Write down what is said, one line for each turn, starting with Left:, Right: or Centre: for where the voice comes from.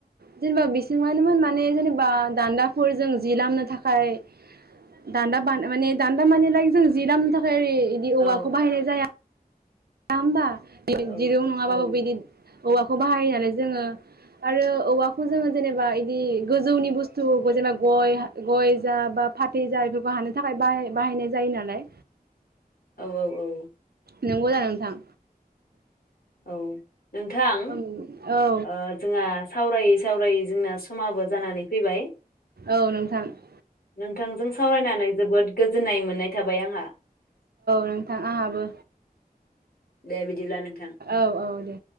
Right: जेनेबा बिसिङानोमोन माने जेनेबा दान्दाफोर जों जि लामनो थाखाय दान्दा बा माने दान्दा माने लाइक जों जि लामनो थाखाय ओरै बिदि औवाखौ
Left: औ
Right: बाहायनाय जाया लामबा <unintelligible>
Left: औ
Right: दिरौ नङाबाबो
Left: औ
Right: बिदि औवाखौ बाहायो नालाय जोंङो आरो औवाखौ जोंङो जेनेबा इदि गोजौनि बुस्थु जेनेबा गय गय जा बा फाथै जा बेफोरखौ हानो थाखाय बाहाय- बाहायनाय जायो नालाय
Left: औ औ औ ।
Right: नोंगौ जानो नोंथां
Left: औ । नोंथां
Right: औ
Left: ओ जोंहा सावराय सावराय जोंना समाबो जानानै फैबाय
Right: औ नोंथां ।
Left: नोंथांजों सावरायनानै जोबोद गोजोननाय मोननाय थाबाय आंहा
Right: नोंथां आंहाबो
Left: दे बिदिब्ला नोंथां ।
Right: औ औ दे